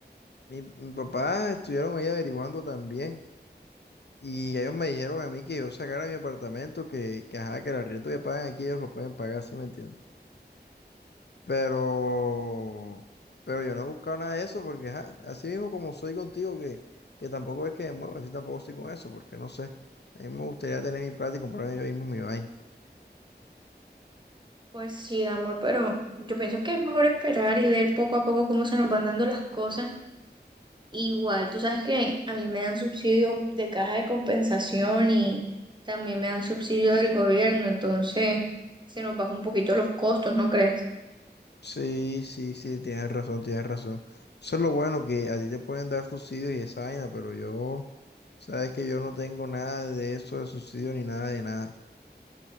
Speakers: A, on the left; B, on the right.
A: mi, mi papá estuvieron ahí averiguando también y ellos me dijeron a mí que yo sacara mi apartamento, que, que ajá, que el arriendo que pagan aquí ellos lo pueden pagar, ¿sí me entiendes? Pero, pero yo no he buscado nada de eso porque, ajá, así mismo como soy contigo, que, que tampoco es que me mueva, así tampoco estoy con eso, porque no sé, a mí me gustaría tener mi plata y comprarme yo mismo mi vaina.
B: Pues sí, amor, pero yo pienso que es mejor esperar y ver poco a poco cómo se nos van dando las cosas Igual, tú sabes que a mí me dan subsidio de caja de compensación y también me dan subsidio del gobierno, entonces se nos baja un poquito los costos, ¿no crees?
A: Sí, sí, sí, tienes razón, tienes razón. Eso es lo bueno que a ti te pueden dar subsidios y esa vaina, pero yo, sabes que yo no tengo nada de eso de subsidio ni nada de nada.